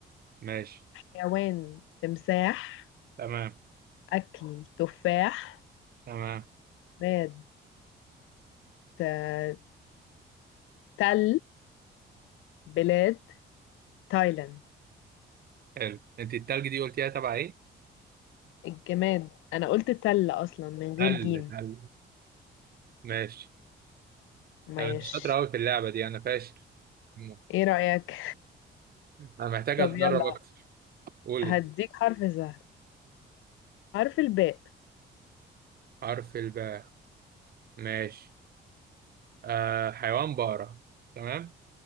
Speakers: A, on the right; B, on the left.
A: ماشي
B: حيوان تمساح
A: تمام
B: اكل تفاح
A: تمام
B: جماد آه، تل بلاد تايلاند
A: حلو انت التلج دي قلتيها تبع ايه؟
B: الجماد انا قلت تل اصلا من
A: تل
B: غير جيم
A: تل ماشي
B: ماشي
A: انا مش شاطر قوي في اللعبة دي انا فاشل <laughs>
B: ايه رأيك
A: انا محتاج
B: طب
A: اتدرب
B: يلا
A: اكتر قولي
B: هديك حرف سهل حرف الباء
A: حرف الباء ماشي آه حيوان بقرة تمام